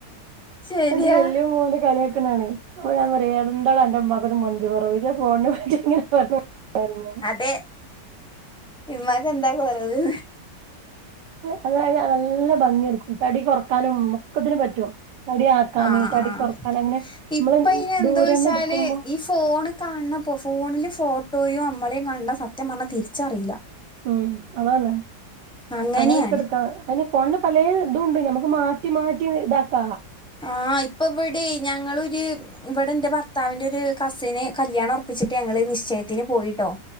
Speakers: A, in the centre; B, on the right.
A: ശരിയാ
B: അത് വല്യ മോൻ കളിയാക്കും അതാണ് അപ്പ ഞാന് പറയും എന്താടാ അന്റെ ഉമ്മാക് ഒരു മൊഞ്ചു കുറവ് ഇജ്ജ് ആ ഫോൺ നെ <unintelligible>
A: അതെ ഇമ്മാക് എന്താ കൊറവ്
B: നല്ല അത നല്ല ഭംഗിയടിക്കും തടി കുറക്കാനും ഒക്കത്തിനും പറ്റും തടി ആക്കാന്
A: ആ
B: തടി
A: ആഹ്
B: കുറക്കാൻ അങ്ങനെ നമ്മള്
A: ഇപ്പ അയ്ന് എന്തോയ്ച്ചാൽ
B: ദൂരന്ന് എടുക്കുമ്പോ
A: ഈ ഫോണ് കാൺണകാൺണ ഫോണില് ഫോട്ടോയോ മ്മളേം കണ്ട സത്യം പറഞ്ഞാൽ തിരിച്ചറിയില്ല
B: ഉം അതാണ്
A: അങ്ങനെയാണ്
B: അങ്ങനെയൊക്കെ എടുക്കാ അതിന് ഫോണില് പലേ ഇതുണ്ട് ഞമ്മ മാറ്റി മാറ്റി ഇതാക്കാ
A: ആഹ് ഇപ്പൊ ഇവിടെ ഞങ്ങള് ര് ഇവടെ ന്റെ ഭർത്താവിന്റെ ഒരു കസിന് കല്യാണം ഒർപ്പിച്ചിട്ട് ഞങ്ങള് നിശ്ചയത്തിന് പോയിട്ടോ